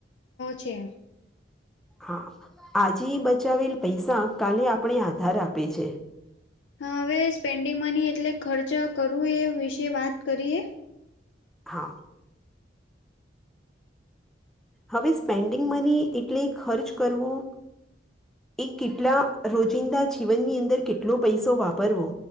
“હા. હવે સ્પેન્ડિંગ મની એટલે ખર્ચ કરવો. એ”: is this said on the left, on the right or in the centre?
Centre